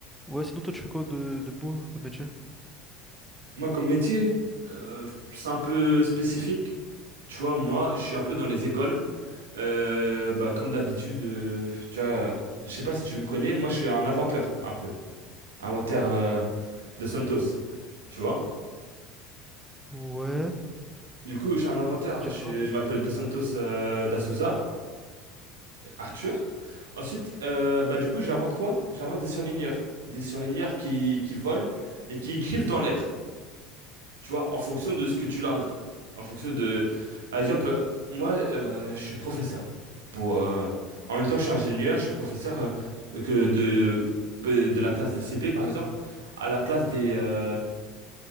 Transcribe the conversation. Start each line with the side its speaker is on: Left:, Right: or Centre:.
Centre: Ouais, sinon toi tu fais quoi de, de beau comme métier?
Right: Moi, comme métier, euh, c'est un peu spécifique. Tu vois, moi, je suis un peu dans les écoles. Euh, bah, comme d'habitude, euh, tu vois, je sais pas si tu me connais, moi, je suis un inventeur, un peu. Inventeur euh, de Santos, tu vois.
Centre: Ouais.
Right: Du coup, je suis un inventeur. hein.
Centre: J'ai
Right: Je, suis-
Centre: rien en
Right: je
Centre: fait.
Right: m'appelle De Santos euh, da Souza, Arthur. Ensuite, euh, bah, du coup, j'invente quoi? J'invente des surligneurs. Des surligneurs qui, qui volent et qui écrivent dans l'air. tu vois, en fonction de ce que tu leur dis. En fonction de... Par exemple, euh, moi, euh, je suis professeur. Pour, euh, en même temps que je suis ingénieur, je suis professeur euh, que de, pe- de la classe des CP, par exemple, à la classe des... euh,